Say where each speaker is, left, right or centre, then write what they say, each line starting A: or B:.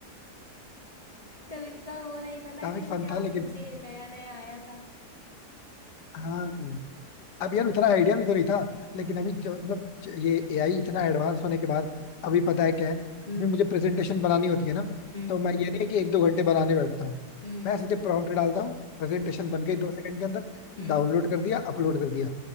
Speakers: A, on the left; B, on the left.
A: इतना वो नहीं था ना
B: काफी
A: कि हम
B: फन
A: क्या
B: था लेकिन
A: पूछे नया नया आया था
B: हाँ अब यार उतना आइडिया भी तो नहीं था लेकिन अभी जो मतलब च- ये एआई इतना एडवांस होने के बाद अभी पता है क्या है अभी
A: हम्म
B: मुझे प्रेजेंटेशन बनानी होती है ना
A: हम्म
B: तो मैं ये नहीं है कि एक दो घंटे बनाने बैठता हूँ
A: हम्म
B: मैं सीधे प्रॉम्प्ट डालता हूँ प्रेजेंटेशन बन गई दो सेकंड के अंदर
A: हम्म
B: डाउनलोड कर दिया अपलोड कर दिया